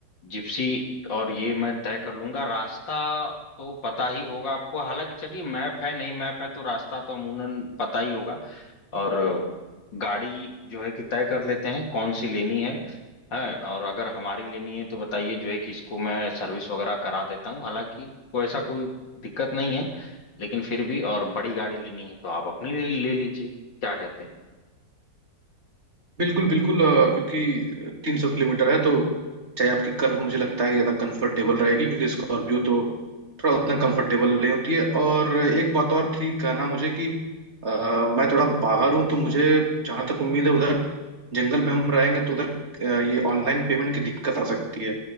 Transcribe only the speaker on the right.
बिल्कुल बिल्कुल अ, क्योंकि तीन सौ किलोमीटर है तो चाहे आपकी कर्व मुझे लगता है कि ज़्यादा कंफर्टेबल रहेगी क्योंकि स्कॉर्पियो तो थोड़ा उतना कंफर्टेबल नहीं होती है और एक बात और थी कहना मुझे कि अ, मैं थोड़ा बाहर हूँ तो मुझे जहाँ तक उम्मीद है उधर जंगल में हम रहेंगे तो उधर अ, ये ऑनलाइन पेमेंट की दिक्कत आ सकती है